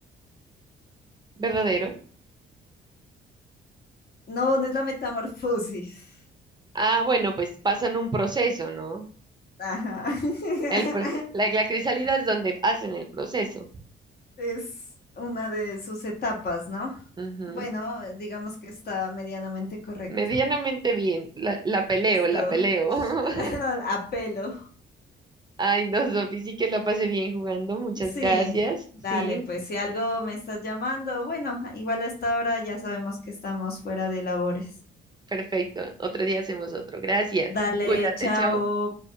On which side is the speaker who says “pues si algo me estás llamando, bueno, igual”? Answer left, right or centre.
Left